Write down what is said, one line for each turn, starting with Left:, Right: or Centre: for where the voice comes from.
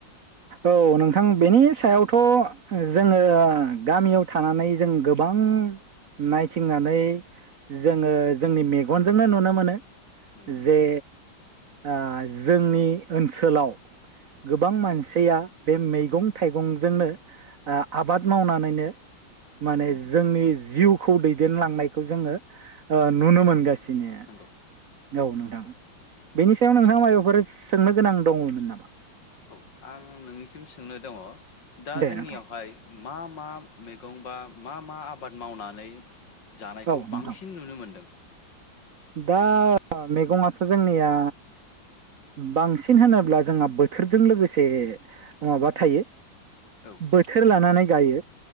Right: औ नोंथां बेनि सायाव थ' जोङो गामियाव थानानै जों गोबां नायथिंनानै जोङो जोंनि मेगनजोंनो नुनो मोनो।
Left: नंगौ नोंथां
Right: जे ओ जोंनि ओनसोलाव गोबां
Left: नंगौ
Right: मानसि बे मैगं-थाइगंजोंनो आबाद मावनानैनो माने
Left: नंगौ नोंथां
Right: जोंनि जिउ खौ दैदेनलांनायखौ जोङो नुनो मोनगा सिनो।
Left: नंगौ
Right: औ ओं बेनि सायाव नोंहा माय फोर सोंनो गोनां। दङमोन नामा?
Left: औ आं नोंनिसिम सोंनो दं। अ। दा
Right: दे
Left: जोंनियावहाय।
Right: नोंथां
Left: मा मा मैगं बा मा मा आबाद मावनानै? जानायखौ
Right: औ नोंथां
Left: बांसिन नुनो मोनदों?
Right: दा मैगङाथ' जोंनिया बांसिन होनोब्ला जोंहा बोथोरजों लोगोसे माबा थायो।
Left: औ
Right: बोथोर लानानै गायो।